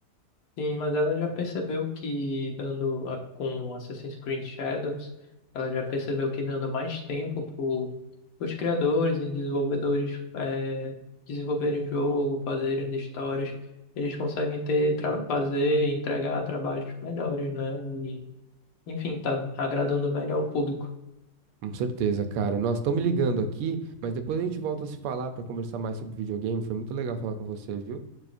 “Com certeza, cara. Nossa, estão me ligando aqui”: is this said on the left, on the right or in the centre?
Right